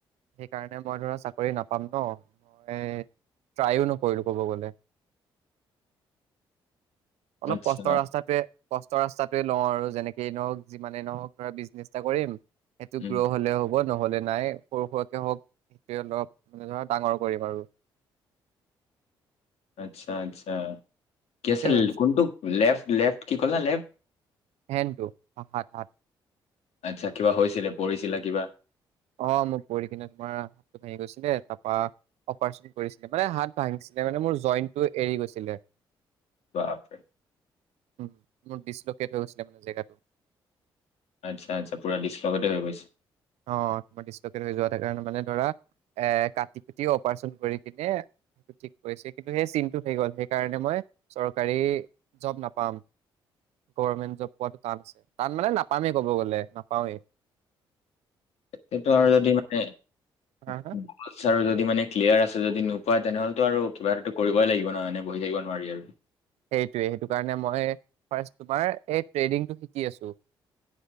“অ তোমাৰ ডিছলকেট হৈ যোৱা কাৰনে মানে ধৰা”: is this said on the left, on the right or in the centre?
Right